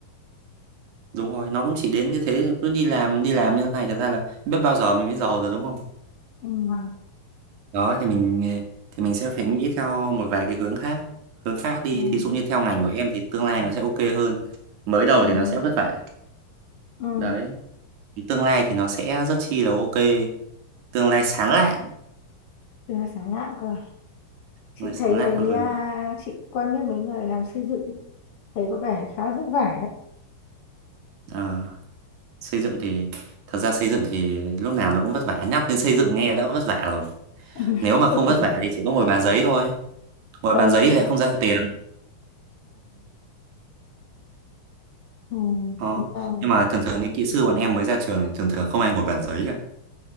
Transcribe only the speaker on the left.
Ừm,
ừm,
ừm,
ừm.
Từ là sáng lạ cơ. à? Chị
thấy mấy
à, chị quen biết mấy người làm xây dựng thấy có vẻ khá là vất vả
<laughs>
ừ.
Ừ.
Ừ.
Đúng rồi.